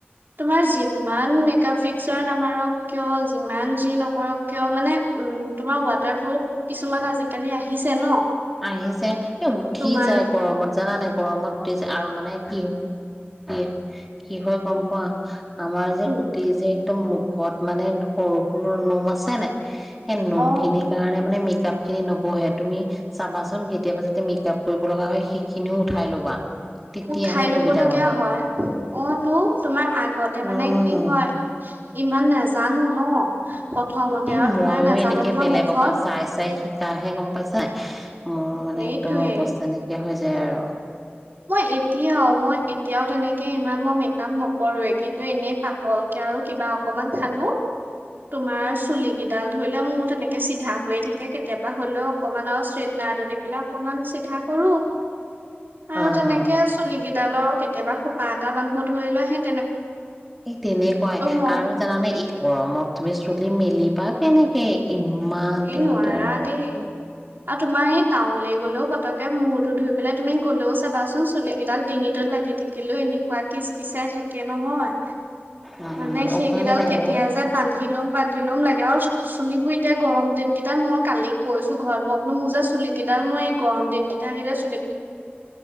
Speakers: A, on the right; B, in the centre.
A: তোমাৰ যিমান মেকাপ ফিক্সাৰ নামাৰক কিয় যিমান যি নকৰক কিয় মানে উম, তোমাৰ ৱাটাৰপ্ৰুফ কিছুমান আজিকালি আহিছে ন'।
B: আহিছে, এ, উঠি
A: তোমাৰ
B: যায় গৰমত জানা নাই গৰমত উঠি যায় আৰু মানে কি হ ইয়ে। কি হয় গম পোৱা আমাৰ যে
A: উম
B: গুটি যে? ত' মুখত মানে সৰু সৰু নোম আছে নাই। সেই নোম
A: অ
B: খিনিৰ কাৰণে মানে মিক কিতাপ খিনি নপঢ়ে তুমি চাবাচোন কেতিয়াবা যাতে মেকআপ কৰিবলগা হয় সেইখিনিও উঠাই ল'বা। তেতিয়াহে
A: উঠাই ল'বলগীয়া
B: সুবিধা হ'ব
A: হয়, অ', টো তোমাৰ আগতে
B: উম।
A: মানে কি হয় ইমান নেজানো ন'। প্ৰথমতে
B: এ,
A: আৰু তোমাৰ
B: ময়ো
A: নাজানো
B: এনেকে
A: নহয়
B: বেলেগৰ
A: মুখত
B: পৰা চাই চাই শিকাহে গম পাইছা নাই, মোৰ মানে
A: সেইটোয়ে
B: একদম অবস্থা নাইকীয়া হৈ যায়। তেৰ।
A: মই এতিয়াও, মই এতিয়াও তেনেকে ইমান মই মেকআপ নকৰোঁয়ে কিন্তু এনে পাতলকে আৰু কিবা অকমান সানোঁ, তোমাৰ চুলকিডাল ধৰিলোৱা মোৰ তেনেকে সিধা হৈয়ে থাকে কেতিয়াবা হ'লেও অকমান আৰু চেপনা এটা দিপ্লায় অকমান সিধা কৰোঁ। আৰু
B: অ
A: তেনেকে চুলিকিডালো কেতিয়াবা খুব বাৰতামান ফত ধৰিল শেষ
B: তেনেকুৱায়
A: মই
B: আৰু জানানে ই গৰমত তুমি চুলি মিলিবা কেনেকে? ইমান
A: এই
B: দিকদাৰ।
A: নোৱাৰা দেই আৰু তোমাৰ এই টাউনলৈ গ'লেও পতককে মুৰটো ধুইপেলায় তুমি গলেও চাবাচোন চুলিকিডাল ডিঙিতত লাগি থাকিলেও এনেকুৱা কিচকিচাই থাকে। কে নহয়
B: উম
A: মানে সিকেইডাল
B: উপায় নাই
A: কেতিয়া
B: অ
A: যে বান্ধি লম বান্ধি লম লাগে আৰু চু চুলিবোৰ এতিয়া ইনকেতাক মই কালি কৈছোঁ ঘৰত ম বলোঁ মই যে চুলিকেইডাল মই গৰম দিন কেইটা আহিলে চু